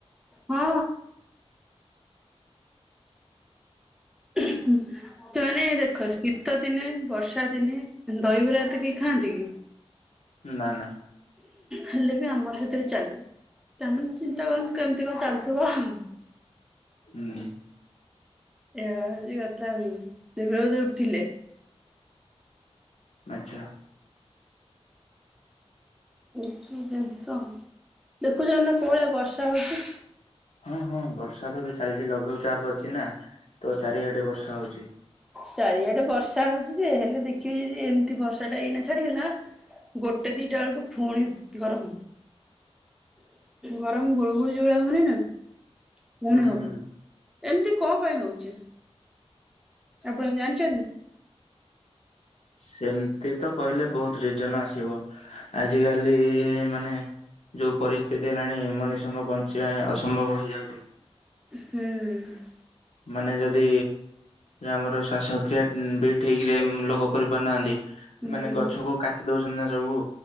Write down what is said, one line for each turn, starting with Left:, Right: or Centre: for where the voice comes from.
Centre: ହଁ ସେମାନେ ଦେଖ ଶୀତ ଦିନେ ବର୍ଷ୍ ବର୍ଷା ଦିନେ ଦହିବରା ଏତେ କିଏ ଖାଆନ୍ତି କି?
Left: ନାଁ ନାଁ
Centre: ହେଲେ ବି ଆମର ସେଥିରେ ଚାଲେ। ତାମାନେ ଚିନ୍ତା କରନ୍ତୁ କେମିତି କଣ ଚାଲିଥିବ ଆଉ।
Left: ହୁଁ
Centre: ଏଇଆ ହଉଚି କଥା ଆଉ। ଯେତେବେଳେ ସିଏ ଉଠିଲେ।
Left: ଆଚ୍ଛା
Centre: ଏ ସବୁ ଜିନିଷ ଦେଖୁଚନ୍ତି ନାଁ କୋଉ ଭଳିଆ ବର୍ଷା ହଉଛି।
Left: ହଁ ହଁ ବର୍ଷା ତ ଏବେ ଚାଲିଚି ଲଘୁଚାପ ଅଛି ନା ତ ଚାରିଆଡେ ବର୍ଷା ହଉଛି।
Centre: ଚାରିଆଡେ ବର୍ଷା ହଉଚି ଯେ ହେଲେ ଦେଖିବି ଏମିତି ବର୍ଷାଟା ଏଇନା ଛାଡିଗଲା। ଗୋଟେ ଦିଟା ବେଳକୁ ଫୁଣି ଗରମ। ଗରମ ଗୁଳୁଗୁଳିଆ ଯୋଉଭଳିଆ ହଉନି ନା। ପୁଣି
Left: ହୁଁ
Centre: ହବ
Left: ହୁଁ
Centre: ଏମିତି କଁ ପାଇଁ ହଉଛି? ଆପଣ ଏମିତି ଜାଣିଛନ୍ତି?
Left: ସେମିତି ତ କହିଲେ ବହୁତ ରିଜନ ଆସିବ। ଆଜିକାଲି ମାନେ ଯୋଉ ପରିସ୍ଥିତି ହେଲାଣି ମଣିଷଙ୍କ ବଞ୍ଚିବା ଅସମ୍ଭବ ହେଇଯାଉଛି।
Centre: ହୁଁ।
Left: ମାନେ ଯଦି ଆମର ଶ୍ୱାସକ୍ରିୟା ବି ଠିକ୍ ରେ ଲୋକ କରିପାରୁନାହାନ୍ତି।
Centre: ହୁଁ।
Left: ମାନେ ଗଛକୁ କାଟି ଦଉଛନ୍ତି ନା ସବୁ